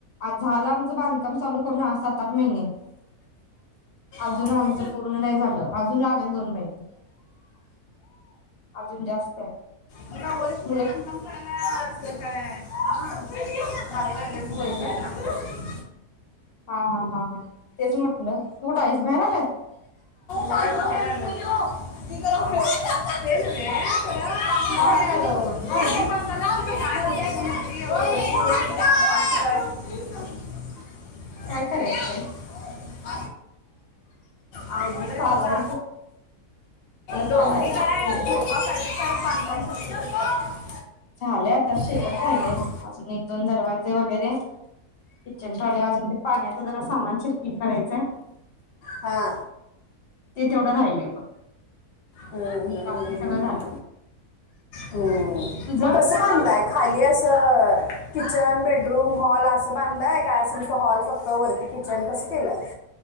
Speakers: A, on the left; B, on the left.
A: आज झालं आमचं बांधकाम चालू करून आज सात आठ महिने अजून
B: बापरे.
A: आमचं पूर्ण नाही झालं अजून लागेल दोन महिने अजून जास्त आहे
B: बघा ओरिजिनल
A: म
B: बांधकाम कडला अस काय हा बाहेर आले मुलं
A: होय
B: फिरवायला.
A: का हा हा हा हा तेच म्हटलं तू कुठं आहेस बाहेर आल्यास.
B: बाहेर बाहेर आलं <unintelligible> ते
A: हा
B: नव्हे <unintelligible> <unintelligible> <unintelligible>
A: काय करायचं बाई
B: अवघड आहे
A: चालायचं
B: बाबा
A: तर
B: गवंडी काय
A: वेळ
B: झोपा काढत <unintelligible>
A: झाले आता शेवट
B: हा
A: राहिलेय अजून एक दोन दरवाजे वगैरे किचन ट्रॉले अजून ते पाण्याचा जरा सामान शिफ्टिंग करायचंय.
B: हा
A: ते तेवढं राहिलंय बघ.
B: हम्म हम्
A: बाकी
B: हम्म
A: सगळं झालं
B: हम् हम् हम्म
A: तुझं
B: मग कसं बांधलंय खाली असं किचन बेडरूम हॉल असं बांधलंय काय अस नुसता हॉल फक्त वरती किचन कसं केलंय?